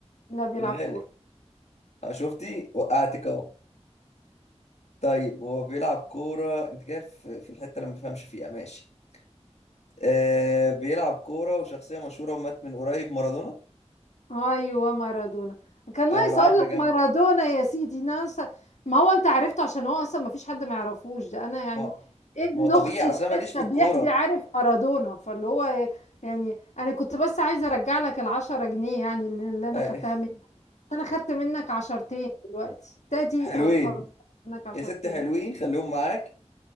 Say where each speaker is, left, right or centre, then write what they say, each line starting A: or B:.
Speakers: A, on the left; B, on the left.
A: لا بيلعب
B: في الغالب
A: كورة
B: آه، شفتي وقعتك اهو طيب هو بيلعب كورة انت كده في في الحتة اللي ما بفهمش فيها ماشي آه بيلعب كورة وشخصية مشهورة ومات من قريب مارادونا
A: أيوه مارادونا كان ناقص
B: أنا قاعد
A: أقول لك
B: بجمع
A: مارادونا يا سيدي ناقص ما هو أنت عرفته عشان هو أصلا ما فيش حد ما يعرفوش ده أنا يعني
B: ما
A: ابن
B: ما هو طبيعي
A: أختي اللي
B: أصل أنا
A: لسه
B: ماليش في الكورة
A: بيحبي عارف مارادونا فاللي هو يعني أنا كنت بس عايزة أرجع لك العشرة جنيه يعني اللي اللي أنا
B: أي.
A: خدتها منك أنا خدت منك عشرتين دلوقتي
B: <laughs>
A: تادي
B: حلوين
A: أه خلاص خدت منك عشرتين
B: يا ست حلوين خليهم معاك